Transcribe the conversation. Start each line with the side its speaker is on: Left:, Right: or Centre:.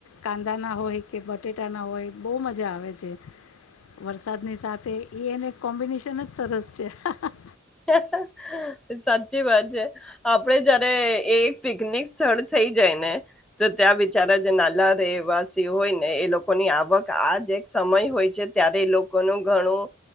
Left: કાંદાના હોય કે બટેટાના હોય બહુ મજા આવે છે વરસાદની સાથે એને કોમ્બિનેશન જ સરસ છે. હા હા.
Centre: <unintelligible> સાચી વાત છે આપડે જયારે એ પિકનિક સ્થળ થઈ જાય ને. તો ત્યાં વિચારે જે નાલા રહેવાસી હોય ને એ લોકોની આવક આજ એક સમય હોય છે ત્યારે એ લોકોનું ઘણું